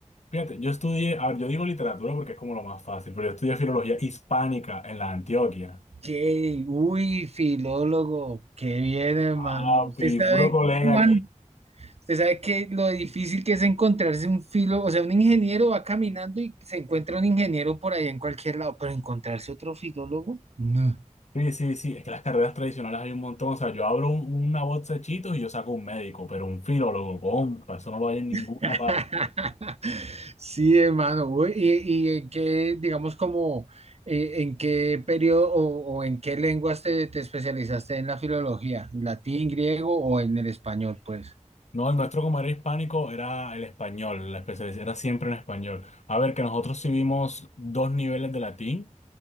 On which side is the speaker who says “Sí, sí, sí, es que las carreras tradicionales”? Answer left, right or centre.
Left